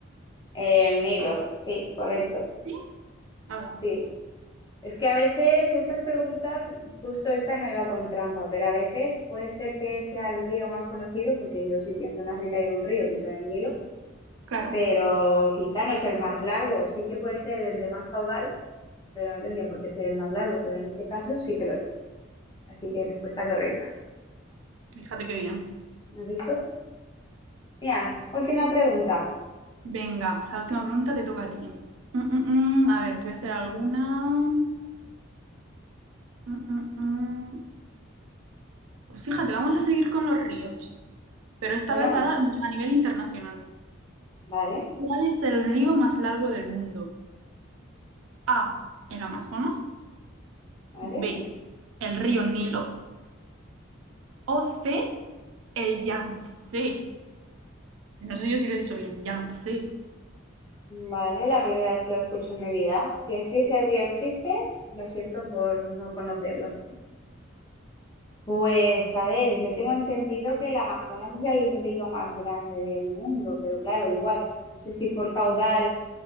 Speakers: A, on the left (about 20°); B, on the right (about 80°).
A: El Nilo, sí, correcto,
B: Sí. Ala,
A: sí. Es que a veces estas preguntas, justo esta no iba con trampa, pero a veces puede ser que sea el río más conocido, porque yo sí pienso en África y en un río, pienso en el Nilo,
B: claro,
A: pero quizá no es el más largo, sí que puede ser el de más caudal, pero no tendría por qué ser el más largo, pero en este caso sí que lo es. Así que respuesta correcta.
B: fíjate qué bien.
A: ¿Has visto? Mira, última pregunta.
B: Venga, la última pregunta te toca a ti. Mm, mm, mm, A ver, te voy a hacer alguna. Mm, mm, mm. Pues fíjate, vamos a seguir con los ríos, pero esta
A: Bueno,
B: vez ahora a nivel internacional.
A: vale.
B: ¿Cuál es el río más largo del mundo? A, el Amazonas.
A: ¿Vale?
B: B, el río Nilo. O C, el Yangtze. No sé yo si lo he dicho bien. Yangtze.
A: Vale, la primera vez que lo escucho en mi vida. Si es- si ese río existe, lo siento por no conocerlo. Pues a ver, yo tengo entendido que el Amazonas es el río más grande del mundo, pero claro, igual, no sé si por caudal